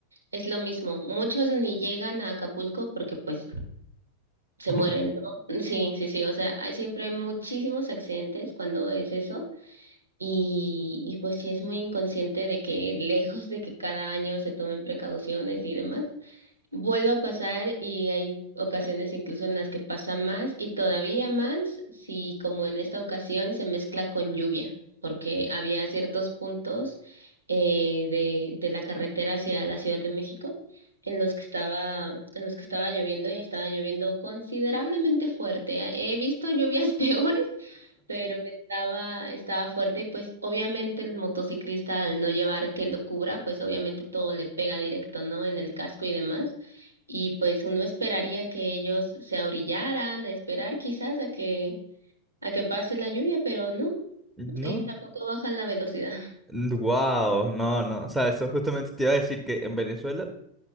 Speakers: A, on the right (about 75°); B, in the centre.
A: es lo mismo. Muchos ni llegan a Acapulco porque pues se
B: <laughs>
A: mueren, ¿no? <laughs> Sí, sí, sí, o sea, hay siempre muchísimos accidentes cuando es eso. Y, y pues sí es muy inconsciente de que <laughs> lejos de que cada año se tomen precauciones y demás, Vuelve a pasar y hay ocasiones incluso en las que pasa más y todavía más si como en esta ocasión se mezcla con lluvia, porque había ciertos puntos eh, de, de la carretera hacia la Ciudad de México en los que estaba, en los que estaba lloviendo y estaba lloviendo considerablemente fuerte. He visto lluvias <laughs> peores, pero estaba, estaba fuerte y pues obviamente el motociclista al no llevar que lo cubra, pues obviamente todo le pega directo, ¿no? En el casco y demás. Y pues uno esperaría que ellos se abrillaran, a esperar quizás a que, a que pase la lluvia, pero no,
B: ¿No?
A: y tampoco bajan la velocidad.
B: Wow, no, no. O sea, eso justamente te iba a decir que en Venezuela